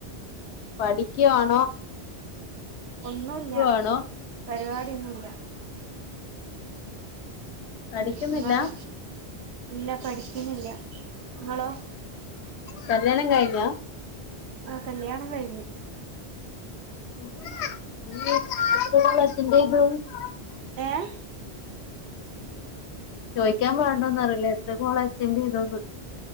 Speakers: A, on the left (about 85°); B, on the right (about 75°).
A: പഠിക്കുവാണോ
B: ഒന്നുമില്ല
A: ക്കുവാണോ
B: പരിപാടൊന്നുമല്ല
A: പഠിക്കുന്നില്ല
B: ഉം നിങ്ങളോ ഇല്ല പഠിക്കുന്നില്ല നിങ്ങളോ
A: കല്യാണം കഴിഞ്ഞോ
B: ആ കല്യാണം കഴിഞ്ഞ്
A: <unintelligible>
B: ഏഹ്
A: ചോയിക്കാൻ പാട്ണ്ടോന്നും അറിയില്ല എത്ര കോള് അറ്റൻ്റ ചെയ്തോന്ന്